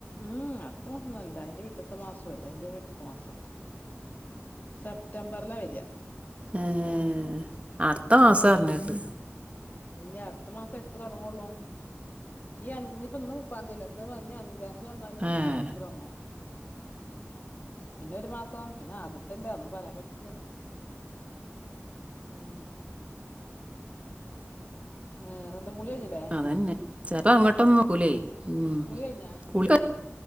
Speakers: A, on the left; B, on the right.
A: ഉം അടുത്ത മാസൊന്നല്ല അതിന്റെപിറ്റത്തെ മാസുഅല്ല അതിന്റെ പിറ്റത്തെ മാസം സെപ്റ്റംബറിലാ വരാ
B: ഏഹ് അടുത്ത മാസാറിഞ്ഞേട്ട്
A: ഇല്ല അടുത്ത മാസം എട്ട് തുടങ്ങുള്ളൂ ഈ അഞ്ഞ് ഞ്ഞിപ്പോ ഇന്ന് മുപ്പാന്തിയല്ലേ എന്ന് പറഞ്ഞ് അഞ്ചാംതി യതി വന്നാല്
B: ഏഹ്
A: എട്ട് തുടങ്ങും ഉം. പിന്നേ ഒരു മാസം പിന്നെ ആദ്യത്തല്ലേ ഒന്നും പറയാൻ പറ്റില്ല ഉം വേറെന്താ കുളികഴിഞ്ഞീലെ
B: അന്നെ, ചെപ്പൊ അങ്ങോട്ടന്നും പോവൂലായ്. ഉം,
A: കുളി കഴിഞ്ഞാ
B: കുളി കഴ